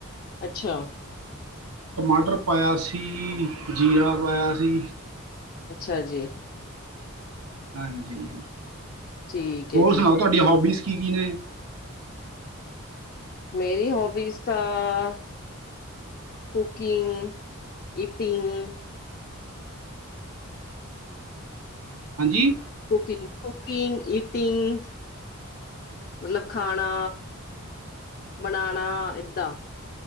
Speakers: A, on the left (about 45°); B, on the right (about 80°).
A: ਅੱਛਾ
B: ਟਮਾਟਰ ਪਾਇਆ ਸੀ ਜੀਰਾ ਪਾਇਆ ਸੀ।
A: ਅੱਛਾ ਜੀ।
B: ਹਾਂਜੀ
A: ਠੀਕ ਹੈ
B: ਹੋਰ
A: ਜੀ
B: ਸੁਣਾਓ ਤੁਹਾਡੀਆਂ ਹੋਬੀਜ਼ ਕੀ ਕੀ ਨੇ।
A: ਮੇਰੀ ਹੋਬੀਜ਼ ਤਾਂ। Cooking eating.
B: ਹਾਂਜੀ।
A: ਕੁਕਿੰਗ ਕੁਕਿੰਗ ਈਟਿੰਗ ਮਤਲਬ ਖਾਣਾ। ਬਣਾਉਣਾ ਏਦਾਂ